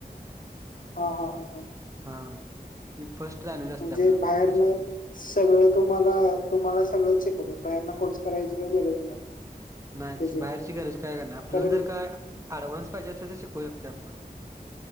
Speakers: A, on the left; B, on the right.
A: हा हा हा.
B: हा सी फर्स्ट लँगवेज असत्या
A: म्हणजे
B: आपल्याला
A: बाहेरनं
B: फर्स्ट.
A: सगळं तुम्हाला तुम्हाला सगळंच शिकवत्यात, बाहेरन कोर्स करायची काही गरज नाही.
B: नाहीच
A: त्याचे
B: बाहेरची गरज काय करणार? आपल्याला
A: कारण
B: जर काय ऍडव्हान्स पाहिजे आसल, तर शिकू शकतो आपण.